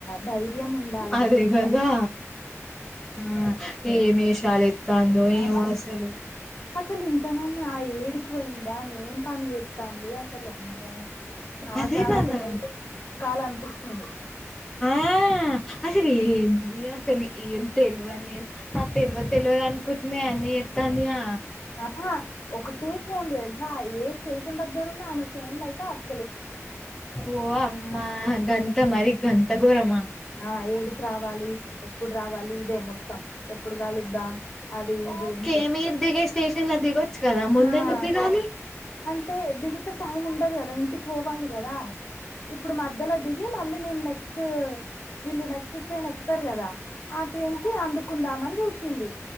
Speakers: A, on the left; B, in the centre.
A: ధైర్యం ఉండాలి
B: అదే
A: అసలుకు
B: కదా ఆ ఏమ్ యెషాలు ఏత్తందో ఏమో
A: ఆ
B: అసలు
A: అసలు ఇంతనన్న ఆ యెడికి పోయింది. ఆమె ఏం పని జేస్తంది అసలు అమ్మో నాకు
B: అదే
A: ఆమెకు
B: గదా
A: డైరెక్ట్ తీసుకోవాలనిపించింది
B: ఆ అసలు ఏంది అసలు ఏం తెలివని ఆ తెలివద్ తెలివద్ అనుకుంటనె అన్ని చేత్త తందిగా
A: ఆహా ఒకటే ఫోన్లు తెల్సా ఏ స్టేషన్ దగ్గరున్నా ఆమె ఫోన్లు అయితె అప్
B: ఓ అమ్మా గంత మరి గంత గోరమ
A: ఆ ఏడికి రావాలి ఎప్పుడు రావాలి ఇదే మొత్తం ఎప్పుడు కలుద్దాం అది ఇది
B: ఓకే
A: అంతే
B: మీరు దిగే స్టేషన్ ల దిగొచ్చు కదా ముందెందుకు
A: ఆ
B: దిగాలి
A: అంటే దిగుతె టైమ్ ఉండద్ కదా ఇంటికి పోవాలి గదా ఇప్పుడు మధ్యల దిగి మళ్ళీ మేము నెక్స్ట్ వీళ్ళు నెక్స్ట్ ట్రైన్ ఎక్కుతారు కదా ఆ ట్రైన్ కి అందుకుందామని చూసింది